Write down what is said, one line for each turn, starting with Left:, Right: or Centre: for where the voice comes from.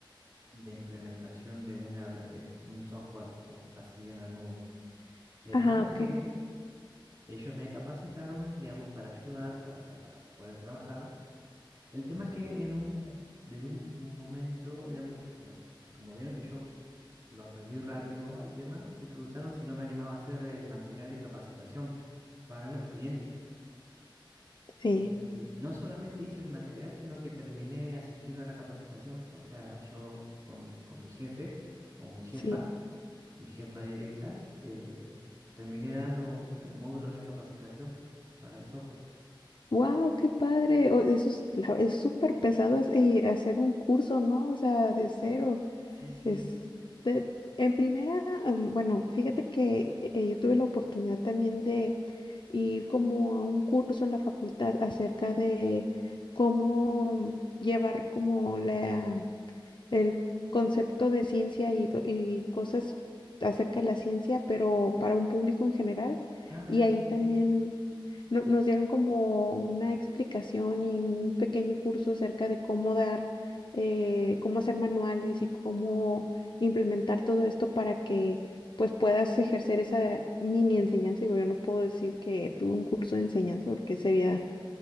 Right: de implementación de un ERP, un software o así en la nube. El
Left: Ajá,
Right: tema
Left: ok.
Right: es que ellos me capacitaron, digamos, para ayudar, para, o sea, para poder trabajar El tema es que en un, desde un momento, digamos, ves, como vieron que yo lo aprendí rápido al tema, me preguntaron si no me animaba a hacer el material de capacitación para los clientes.
Left: Sí,
Right: Y no solamente hice el material, sino que terminé asistiendo a la capacitación. O sea, yo con, con mis jefes o mi jefa,
Left: sí.
Right: mi jefa directa, eh, terminé dando eh, módulos de capacitación para el software.
Left: ¡Wow! ¡Qué padre! O- Eso es, la- es súper pesado hac- eh, hacer un curso, ¿no? O sea, de cero.
Right: Sí, sí.
Left: Es de- en primera, am, bueno, fíjate que eh, yo tuve la oportunidad también de ir como a un curso en la facultad acerca de cómo llevar como la el concepto de ciencia y, do- y cosas acerca de la ciencia, pero para un público en general.
Right: Ah, mira,
Left: Y ahí también
Right: sí,
Left: no- nos dieron como una explicación y un pequeño curso acerca de cómo dar, eh, cómo hacer manuales y cómo implementar todo esto para que pues puedas ejercer esa mini enseñanza. Digo, yo no puedo decir que tuve un curso de enseñanza porque sería